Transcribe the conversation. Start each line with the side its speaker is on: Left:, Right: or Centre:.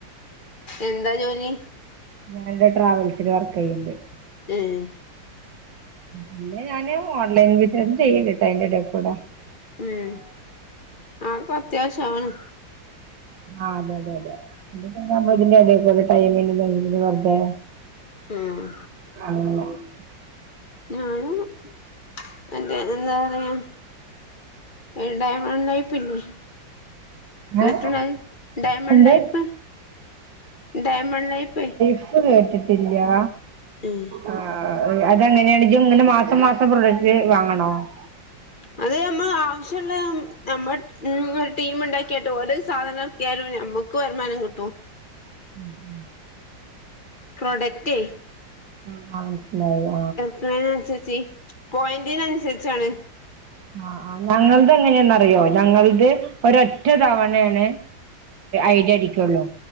Left: എന്താ ജോലി?
Right: ഞാന് ന്റെ ട്രാവൽസ് ല് വർക്കെയ്യ്ണ്ട്.
Left: ഏഹ്
Right: പിന്നെ ഞാന് ഓൺലൈൻ ബിസിനസ് ചെയ്യ്ണ്ട് ട്ടൊ അയിന്റെ എടേ കൂടെ.
Left: ഉം. ആക്കൊ അത്യാവശ്യാണ്.
Right: ആഹ് അതെ അതെ അതെ. ഇത് പിന്നെ അമ്മള് ഇതിന്റെ എടേക്കൂടെ ടൈമിങ്ങ് ൻ്റെ <unintelligible> വെർ തേ
Left: ആഹ്
Right: അതെ <unintelligible>
Left: ഞാനും എന്റെ എന്താ റിയാ ഒര് ഡയമണ്ട് ലൈഫ് ല്ലേ കേട്ട്ണൊ
Right: ഏഹ്
Left: അഹ്. ഡയമൺ
Right: എന്ത്
Left: ലൈഫ്. ഡയമൺ ലൈഫെ
Right: പ്പൊ കേട്ട് ട്ടില്ല്യാ.
Left: ഉം
Right: ആഹ് ആഹ് അത് എങ്ങനെയാണ് ഇജ് ങ്ങനെ മാസം മാസം പ്രൊഡക്റ്റ് വാങ്ങണോ? <inaudible>
Left: അത് അമ്മൾ ആവശ്യള്ള നമ്മട് മ് ഒര് ടീമ് ണ്ടാക്കിട്ട് ഓല് സാധനം ക്യാരും നമുക്ക് വര്മാനം കിട്ടും.
Right: ഉം ഉം
Left: പ്രൊഡക്റ്റേ
Right: ആഹ് മൻസ്സിലായി <unintelligible>
Left: ട്ട് ണേനൻസര് ച്ചി. പോയൻ്റ്ന ൻസരിച്ചാണ്.
Right: ആഹ് ആഹ് ഞങ്ങൾത് എങ്ങനെയന്നറിയോ? ഞങ്ങൾത് ഒരൊറ്റ തവണയാണ് ഐഡി അടിക്കൊള്ളൂ.